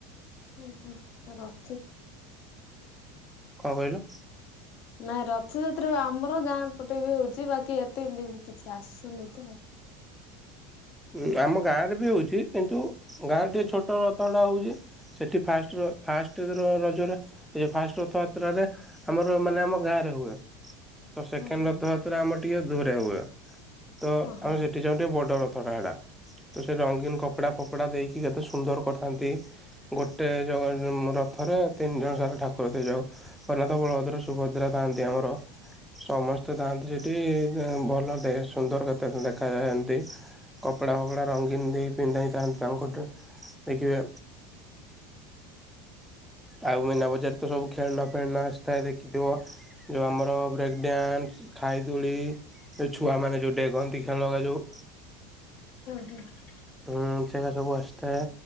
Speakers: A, on the left (about 55°); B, in the centre.
A: <inaudible> ରଥକୁ।
B: କଣ କହିଲ?
A: ନା, ରଥଯାତ୍ରା ଆମର ଗାଁ ପଟେ ବି ହଉଛି, ବାକି ଏତେ ଏମିତି ବି କିଛି ଆସିନି ତ?
B: ଉଁ, ଆମ ଗାଁ ରେ ବି ହଉଛି, କିନ୍ତୁ ଗାଁରେ ଟିକେ ଛୋଟ ରଥ ଟା ହଉଛି। ସେଠି ଫାଷ୍ଟର ଫାଷ୍ଟର ରଜରେ, ଏ ଯୋଉ ଫାଷ୍ଟ ରଥଯାତ୍ରାରେ ଆମର, ମାନେ ଆମ ଗାଁ ରେ ହୁଏ। ତ ସେକେଣ୍ଡ
A: ହୁଁ ହୁଁ
B: ରଥ ଯାତ୍ରା ଆମର ଟିକେ ଦୂରେ ହୁଏ, ତ
A: ହୁଁ
B: ଆମେ ସେଠି ଯାଉଁ, ଟିକେ ବଡ ର ଥଟାଡା। ତ ସେ ରଙ୍ଗୀନ କପଡା ଫପଡା ଦେଇକି କେତେ ସୁନ୍ଦର କରିଥାନ୍ତି। ଗୋଟେ ଜ ରଥରେ ତିନି ଜଣ ସାର ଠାକୁର ଦେଇଯାଉ ଜଗନ୍ନାଥ, ବଳଭଦ୍ର, ସୁଭଦ୍ରା। ଥାନ୍ତି, ଆମର ସମସ୍ତେ ଥାଆନ୍ତି, ସେଠି ଭଲ ଦେ ସୁନ୍ଦର କେତେ ଦେଖାଯାଆନ୍ତି। କପଡା ଫପଡା ରଙ୍ଗୀନ ଦେଇକି ପିନ୍ଧା ହେଇଥାନ୍ତି, ତାଙ୍କୁ ଦେଖିବେ। ଆଉ ମୀନାବଜାର ତ ସବୁ ଖେଳନା ଫେଳନା ଆସିଥାଏ, ଦେଖିଥିବ। ଯେଉଁ ଆମର ବ୍ରେକ୍ ଡ୍ୟାନ୍ସ, ଖାଇ ଦୋଳି ଯୋଉଛୁଆମାନେ ଯଉ ଡେଗନ୍ତି, ଖେଳନା ଯୋଉ।
A: <unintelligible>
B: ହଁ ସେଗୁରା ସବୁ ଆସିଥାଏ,